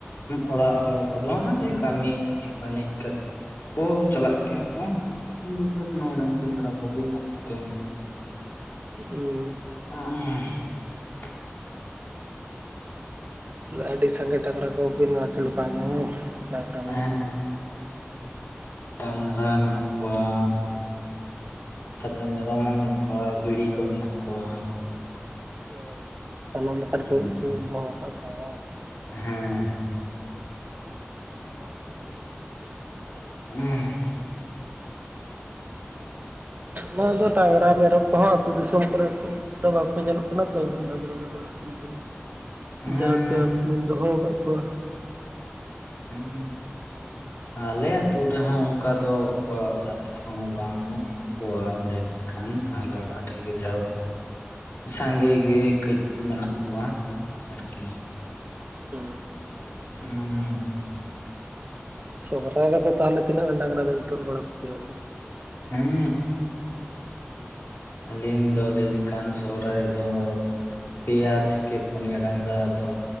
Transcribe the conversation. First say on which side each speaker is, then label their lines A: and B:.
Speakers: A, on the left (about 75°); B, on the right (about 40°).
A: ᱚᱲᱟᱜ ᱦᱚᱲ ᱠᱚᱫᱚ ᱠᱟᱹᱢᱤ ᱵᱟᱹᱱᱤᱡ ᱠᱚ ᱪᱟᱞᱟᱜ ᱜᱮᱭᱟ ᱠᱚ <unintelligible> ᱰᱟᱝᱨᱤ ᱢᱮᱨᱚᱢ ᱠᱚᱜᱮ ᱧᱮᱞ ᱠᱟᱛᱮᱫ
B: ᱦᱩᱸ
A: <unintelligible>
B: ᱟᱹᱰᱤ ᱥᱟᱸᱜᱮ ᱰᱟᱝᱨᱟ ᱠᱚ ᱵᱤᱱ ᱟᱹᱥᱩᱞ ᱠᱚ ᱟᱢ
A: ᱦᱮᱸ ᱰᱟᱝᱨᱟ ᱢᱮᱱᱟᱜ ᱠᱚᱣᱟ ᱛᱟᱯᱚᱨᱮ ᱢᱮᱨᱚᱢ ᱦᱚᱸ ᱢᱮᱱᱟᱜ ᱠᱚᱣᱟ ᱵᱷᱤᱲᱤ ᱠᱚ ᱢᱮᱱᱟᱜ ᱠᱚᱣᱟ
B: ᱠᱚ ᱥᱟᱱᱟᱢ ᱞᱮᱠᱟᱱ
A: ᱦᱮᱸ
B: ᱠᱚ ᱫᱚᱦᱚ ᱟᱠᱟᱫ ᱠᱚᱣᱟ ᱵᱟᱝ
A: ᱦᱮᱸ
B: ᱵᱟᱝ ᱫᱚᱨᱠᱟᱨ ᱠᱟᱱᱟ
A: <unintelligible>
B: ᱱᱚᱣᱟ ᱫᱚ ᱰᱟᱝᱨᱟ ᱢᱮᱨᱚᱢ ᱠᱚᱦᱚᱸ ᱟᱹᱛᱩ ᱫᱤᱥᱚᱢ ᱠᱚᱨᱮ ᱠᱚ ᱵᱟᱝᱠᱚ ᱧᱮᱞᱚᱜ ᱠᱟᱱᱟ ᱛᱚ ᱰᱟᱝᱨᱟ ᱢᱮᱨᱚᱢ ᱟᱹᱥᱩᱞ ᱠᱚ
A: ᱦᱮᱸ
B: ᱡᱟᱜᱮ ᱟᱵᱤᱱ ᱵᱚᱱ ᱫᱚᱦᱚ ᱟᱠᱟᱟᱜ ᱠᱚᱣᱟ
A: ᱦᱮᱸ ᱟᱞᱮ ᱟᱛᱳ ᱨᱮᱦᱚ ᱚᱱᱠᱟ ᱫᱚ ᱚᱠᱚᱭ ᱚᱲᱟᱜ ᱨᱮᱦᱚᱸ ᱵᱟᱹᱱᱩᱜ ᱠᱚᱣᱟ ᱞᱟᱹᱭ ᱞᱮᱱᱠᱷᱟᱱ ᱟᱞᱮ ᱚᱲᱟᱜ ᱨᱮᱜᱮ ᱡᱟᱭᱦᱳᱠ ᱥᱟᱸᱜᱮ ᱜᱮ ᱠᱟᱹᱡ ᱢᱮᱱᱟᱜ ᱠᱚᱣᱟ ᱟᱨᱠᱤ
B: ᱦᱮ
A: <unintelligible>
B: ᱥᱚᱦᱨᱟᱭ ᱨᱮᱫᱚ ᱛᱟᱦᱚᱞᱮ ᱛᱤᱱᱟᱹᱜ ᱜᱟᱱ ᱰᱟᱝᱨᱟ ᱫᱚᱭ ᱛᱚᱞ ᱵᱟᱲᱟ ᱠᱚᱜᱮᱭᱟ ᱟᱨᱠᱤ
A: ᱦᱮᱸ ᱟᱹᱞᱤᱧ ᱫᱚ ᱞᱟᱹᱭ ᱞᱮᱱᱠᱷᱟᱱ ᱥᱚᱦᱨᱟᱭ ᱨᱮᱫᱚ ᱯᱮᱭᱟ ᱛᱷᱮ ᱯᱚᱱᱤᱭᱟ ᱰᱟᱝᱨᱟ ᱫᱚ